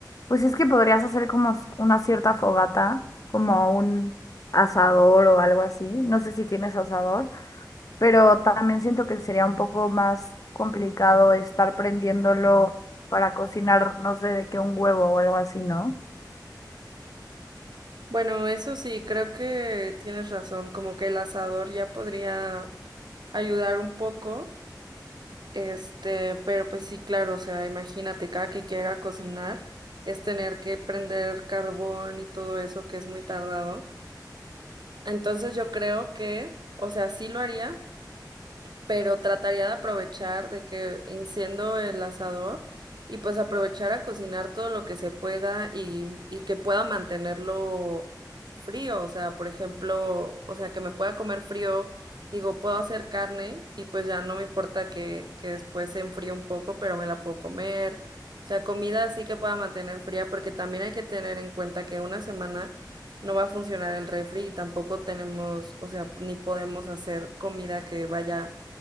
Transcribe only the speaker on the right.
Bueno, eso sí, creo que tienes razón, como que el asador ya podría ayudar un poco, este, pero pues sí, claro, o sea, imagínate, cada que quiera cocinar es tener que prender carbón y todo eso que es muy tardado. Entonces yo creo que, o sea, sí lo haría, pero trataría de aprovechar de que enciendo el asador y pues aprovechar a cocinar todo lo que se pueda y, y que pueda mantenerlo frío, o sea, por ejemplo, o sea, que me pueda comer frío, digo, puedo hacer carne y pues ya no me importa que, que después se enfríe un poco, pero me la puedo comer, o sea, comida así que pueda mantener fría, porque también hay que tener en cuenta que una semana no va a funcionar el refri y tampoco tenemos, o sea, ni podemos hacer comida que vaya